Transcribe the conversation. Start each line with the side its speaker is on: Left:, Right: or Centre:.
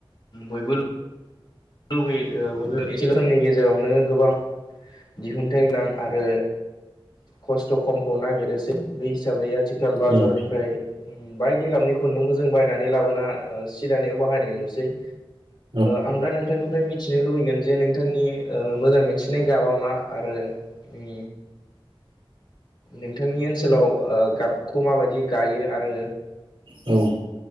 Left: बयबो लुबैयो एसेल' समनि गेजेरावनो गोबां दिहुनथाइ गोनां आरो खस्थ' खमखौ नागिरोसै बे हिसाबै आथिखाल बाजारनिफ्राय
Right: औ
Left: बायदि गाबनि खुन्दुंखौ जों बायनानै लाबोना सिदानायाव बाहायनाय नुसै
Right: औ
Left: आं दा नोंथांनिफ्राय मिथिनो लुबैगोन जे नोंथांनि ओ मोजां मोनसिननाय गाबा मा आरो उम नोंथांनि ओनसोलाव गाबखौ माबायदि गायो आरो
Right: औ औ